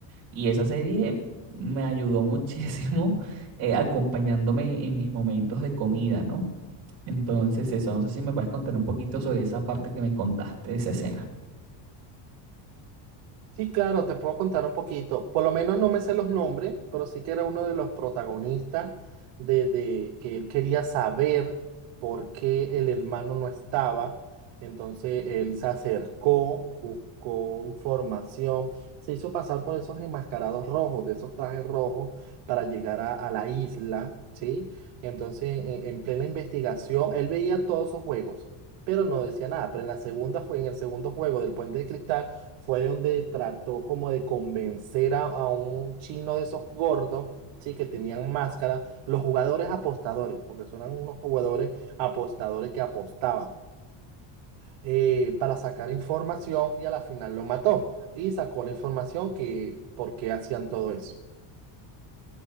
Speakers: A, on the right (about 50°); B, on the right (about 70°).
A: Y esa serie me ayudó <laughs> muchísimo eh, acompañándome en mis momentos de comida, ¿no? Entonces, eso, no sé si me puedes contar un poquito sobre esa parte que me contaste de esa escena.
B: Sí, claro, te puedo contar un poquito. Por lo menos no me sé los nombres, pero sí que era uno de los protagonistas de, de que él quería saber por qué el hermano no estaba. Entonces él se acercó, buscó información, se hizo pasar por esos enmascarados rojos, de esos trajes rojos, para llegar a, a la isla, ¿sí? Entonces, en, en plena investigación, él veía todos esos juegos, pero no decía nada. Pero en la segunda fue, en el segundo juego del Puente de Cristal fue donde trató como de convencer a, a un chino de esos gordos, sí, que tenían máscara, los jugadores apostadores, porque son eran unos jugadores apostadores que apostaban. eh, para sacar información y a la final lo mató y sacó la información que por qué hacían todo eso.